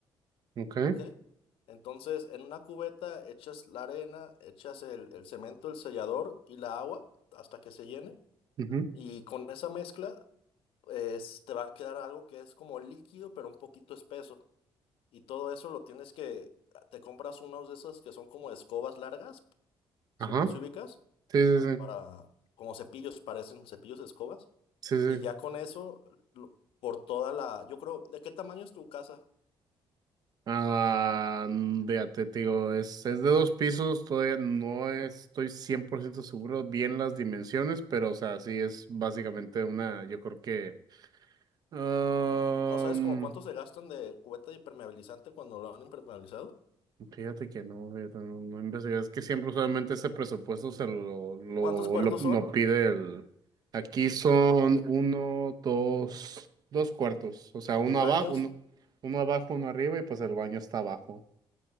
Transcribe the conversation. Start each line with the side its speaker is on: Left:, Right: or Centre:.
Right: ujú, okay,
Left: ¿ok? Entonces, en una cubeta echas la arena, echas el, el cemento, el sellador y la agua hasta que se llene.
Right: ujú,
Left: Y con esa mezcla, es- te va a quedar algo que es como líquido, pero un poquito espeso. Y todo eso lo tienes que, te compras unos de esos que son como escobas largas, si,
Right: ajá,
Left: si ubicas,
Right: sí, sí,
Left: como
Right: sí,
Left: para, como cepillos, parecen cepillos de escobas.
Right: sí, sí.
Left: Y ya con eso, lo- por toda la, yo creo, ¿de qué tamaño es tu casa?
Right: Ah, fíjate, te digo, es, es de dos pisos, todavía no estoy 100% seguro bien las dimensiones, pero o sea, sí es básicamente una, yo creo que... am,
Left: ¿No sabes como cuánto se gastan de cubeta de impermeabilizante cuando lo han impermeabilizado?
Right: fíjate que no, fíjate, no, no investigué, es que siempre usualmente ese presupuesto se lo, lo,
Left: ¿Cuántos cuartos
Right: lo, lo
Left: son?
Right: pide el... Aquí son uno, dos, dos cuartos, o sea, uno
Left: Y baños.
Right: abajo, uno, uno abajo, uno arriba y pues el baño está abajo.